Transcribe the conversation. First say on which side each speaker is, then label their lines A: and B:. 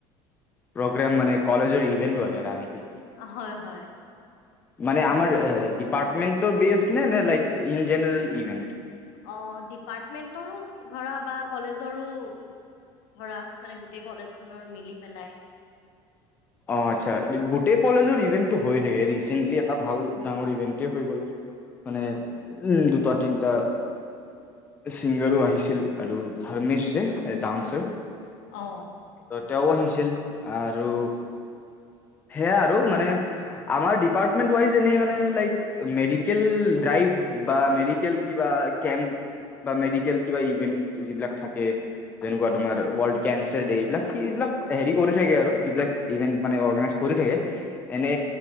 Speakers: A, on the left (about 15°); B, on the left (about 80°).
A: প্ৰগ্ৰেম মানে কলেজৰ ইভেণ্ট বাগেৰা নেকি?
B: অ হয় হয়।
A: মানে আমাৰ ডিপাৰ্টমেটৰ বেচ নে নে লাইক ইন জেনাৰেল ইভেণ্ট?
B: অ ডিপাৰ্টমেণ্টৰো ধৰা বা কলেজৰো। ধৰা মানে গোটেই কলেজ খনৰ মিলি পেলাই
A: অ আচ্ছা গোটেই কলেজৰ ইভেন্টটো হৈয়ে থাকে ৰিচেণ্টলি এটা ভাল ডাঙৰ ইভেন্ট হৈ গ'ল মানে উম দুটা তিনিটা ছিংগাৰো আহিছিল আৰু ধাৰৰ্মেশ যে এই ডানচৰ
B: অ
A: ত তেওঁ আহিছিল আৰু সেয়া আৰু মানে আমাৰ ডিপাৰ্টমেন্ট ৱাইজ এনেই মানে লাইক মেডিকেল ড্ৰাইভ বা মেডিকেল কিবা কেম্প বা মেডিকেল কিবা ইভেন্ট যিবিলাক থাকে তেনেকুৱা তোমাৰ ৱাল্ড কেঞ্চাৰ ডে এইবিলাক কি এইবিলাক হেৰি কৰি আৰু এইবিলাক ইভেন্ট মানে অৰ্গেনাইজ কৰি থাকে এনে